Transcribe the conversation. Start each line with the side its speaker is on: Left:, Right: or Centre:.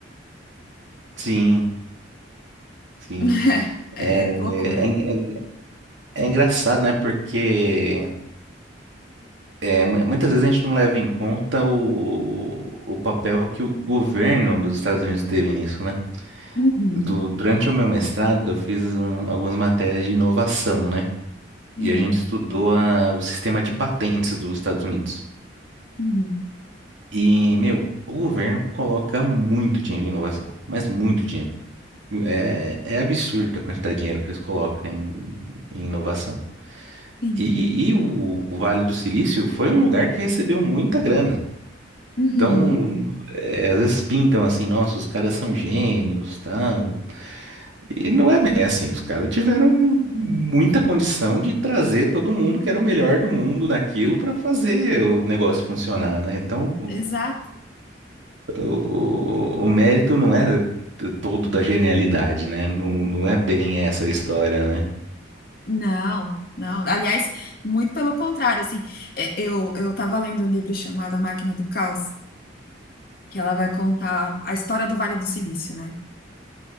Right: Sim, sim.
Left: <laughs> É
Right: É, é,
Left: loucura.
Right: en- é, en- é engraçado, né, porque. É, mu- muitas vezes a gente não leva em conta o, o papel que o governo dos Estados Unidos teve nisso, né?
Left: Uhum.
Right: Do- durante o meu mestrado, eu fiz um- algumas matérias de inovação, né?
Left: Uhum,
Right: E a gente estudou a- o sistema de patentes dos Estados Unidos.
Left: uhum,
Right: E, meu, o governo coloca muito dinheiro em inovação, mas muito dinheiro. É, é absurda a quantidade de dinheiro que eles colocam em, em inovação.
Left: sim.
Right: E, e o o Vale do Silício foi um lugar que recebeu muita grana.
Left: Uhum,
Right: Então, é, às vezes pintam assim, nossa, os caras são gênios, tal. E não é bem assim, os caras tiveram muita condição de trazer todo mundo que era o melhor do mundo naquilo para fazer o negócio funcionar, né? Então,
Left: exato.
Right: o, o mérito não é t- todo da genialidade, né? Não, não é bem essa a história, né?
Left: Não, não. Aliás, muito pelo contrário, assim, é, eu eu estava lendo um livro chamado A Máquina do Caos, que ela vai contar a história do Vale do Silício, né?